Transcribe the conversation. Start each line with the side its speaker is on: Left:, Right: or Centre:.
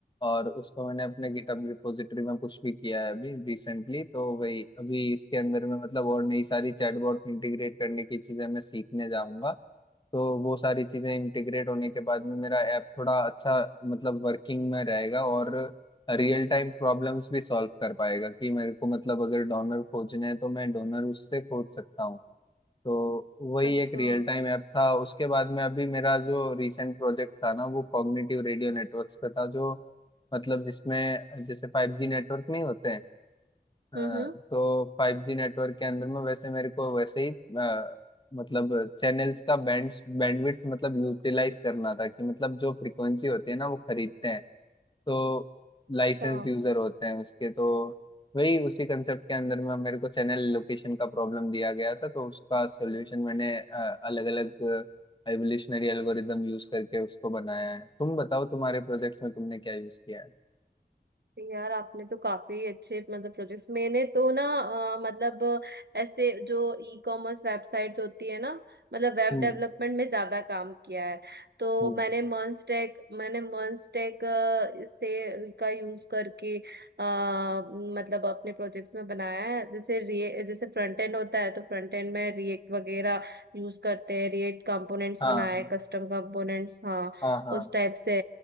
Left: और उसको मैंने अपने गिटहब रिपोजिटरी में पुश भी किया है अभी रिसेंटली तो वही अभी इसके अंदर में मतलब और नई सारी चैटबॉट इंटीग्रेट करने की चीजें मैं सीखने जाऊंगा तो वो सारी चीजें इंटीग्रेट होने के बाद में मेरा ऐप थोड़ा अच्छा मतलब वर्किंग में रहेगा और रियल टाइम प्रॉब्लम्स भी सॉल्व कर पाएगा कि मेरे को मतलब अगर डोनर खोजने हैं तो मैं डोनर उससे खोज सकता हूँ तो वही
Right: अच्छा
Left: एक रियल टाइम ऐप था उसके बाद में अभी मेरा जो रिसेंट प्रोजेक्ट था ना वो कॉग्निटिव रेडियो नेटवर्क्स पे था जो मतलब जिसमें जैसे फाइव जी नेटवर्क नहीं होते हैं अ,
Right: हम्म हम्म
Left: तो फाइव जी नेटवर्क के अंदर में वैसे मेरे को वैसे ही अ, मतलब चैनल्स का बैंड बैंडविड्थ मतलब यूटिलाइज करना था कि मतलब जो फ्रीक्वेंसी होती है ना वो खरीदते हैं तो
Right: अच्छा
Left: लाइसेंस्ड यूजर होते हैं उसके तो वही उसी कंसेप्ट के अंदर में मेरे को चैनल लोकेशन का प्रॉब्लम दिया गया था तो उसका सॉल्यूशन मैंने अलग अलग एवोल्यूशनरी एल्गोरिदम यूज करके उसको बनाया है तुम बताओ तुम्हारे प्रोजेक्ट्स में तुमने क्या यूज किया है
Right: यार आपने तो काफी अच्छे मतलब प्रोजेक्ट्स मैंने तो ना अ, मतलब अ, ऐसे जो ई कॉमर्स वेबसाइट होती है ना मतलब वेब
Left: हम्म
Right: डेवलपमेंट में ज्यादा काम किया है तो
Left: हम्म
Right: मैंने मर्नस्टैक मैंने मर्नस्टैक से का यूज करके अ, मतलब अपने प्रोजेक्ट्स में बनाया है जैसे रे जैसे फ्रंट एंड होता है तो फ्रंट एंड में रिएक्ट वगैरह यूज करते हैं रिएक्ट कंपोनेंट्स
Left: हाँ
Right: बनाए कस्टम कंपोनेंट्स हाँ
Left: हाँ हाँ
Right: उस टाइप से